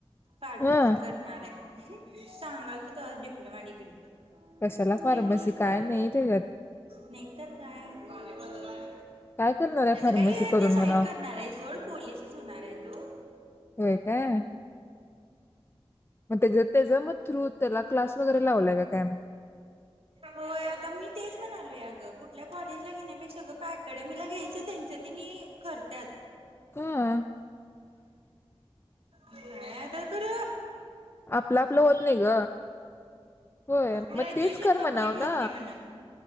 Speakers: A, on the right; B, on the left.
A: फार्मसी
B: हा
A: करणार आहे हे सांगालतो तवा डिप्लोमा डिग्री कर
B: कशाला फार्मसी
A: ऐकला नाही
B: काय त्याच्यात
A: नाही तर काय
B: काय करणार आहे
A: त्यांचं
B: फार्मसी
A: काही
B: करून
A: ते साईड
B: म्हणा
A: करणार आहे सोड पोललीसच होणार आहे तो
B: होय काय मग तेजेत तेज मत त्रुत त्या क्लास वगैरे लावलाय का काय मग
A: होय आता मी तेच म्हणालोय अगं कुठल्या कॉलेज ला घेण्यापेक्षा ग पा अकॅडमीला घ्यायचं त्यांच तेनी करत्यात
B: हम
A: ह त्याकर
B: आपलं आपलं होत नाही ग होय
A: ग्रॅज्युएशन
B: मग तेच खर
A: कंप्लीट
B: म्हणाव
A: होत
B: ना
A: नाही म्हण.